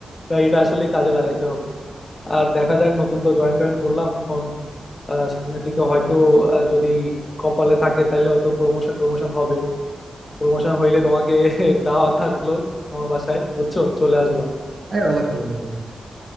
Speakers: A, on the left; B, on the right.
A: তাই এটা আসলে কাজে লাগাইতে হবে আর দেখা যাক নতুন তো জয়েন্ট টয়েন্ট করলাম এখন আহ, সামনের দিকে হয়তো আহ, যদি কপালে থাকে তাহলে হয়তো প্রমোশন টমোশন হবে প্রমোশন হইলে তোমাকে <laughs> দাওয়া থাকলো আমার বাসায় বুঝছো চলে আসবা
B: হ্যাঁ অবশ্যই অবশ্যই